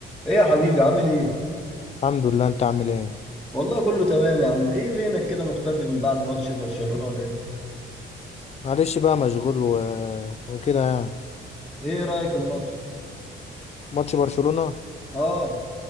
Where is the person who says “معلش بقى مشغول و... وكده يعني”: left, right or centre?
Left